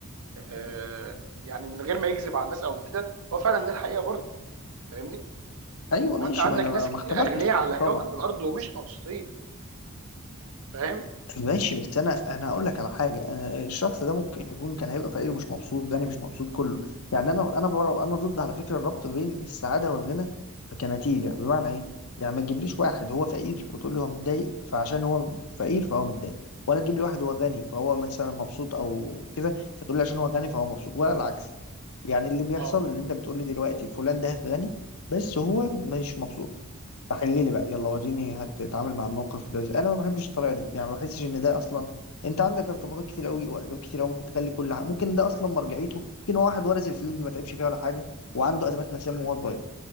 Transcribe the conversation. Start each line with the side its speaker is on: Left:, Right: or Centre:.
Right: آه يعني من غير ما يكذب على الناس او كده هو فعلا ده الحقيقه برضه فاهمني
Left: ايوه
Right: ما
Left: ماشي
Right: هو انت عندك
Left: ما انا
Right: ناس
Left: ما
Right: كتير
Left: ما اختلفتش
Right: اغنياء
Left: في
Right: على
Left: حد طبعا
Right: كوكب الارض ومش مبسوطين فاهم
Left: ماشي بس انا انا هقول لك على حاجه انا الشخص ده ممكن يكون كان هيبقى فقير ومش مبسوط غني مش مبسوط كله يعني انا انا بره انا ضد على فكره الربط بين السعاده والغنى كنتيجه بمعنى ايه يعني ما تجيبليش واحد هو فقير وتقول لي هو متضايق فعشان هو فقير فهو متضايق ولا تجيب لي واحد هو غني فهو مثلا مبسوط او كده فتقول لي عشان هو غني فهو مبسوط ولا العكس يعني اللي بيحصل
Right: اه
Left: اللي انت بتقول لي دلوقتي فلان ده غني بس هو مش مبسوط فخلي لي بقى يلا وريني هتتعامل مع الموقف ده ازاي انا ما بحبش الطريقه دي يعني ما بحسش ان ده اصلا انت عندك ارتباطات كتير قوي واسباب كتير قوي ممكن تخلي كل حاجه ممكن ده اصلا مرجعيته ممكن واحد ورث الفلوس دي ما تعبش فيها ولا حاجه وعنده ازمات نفسيه من وهو صغير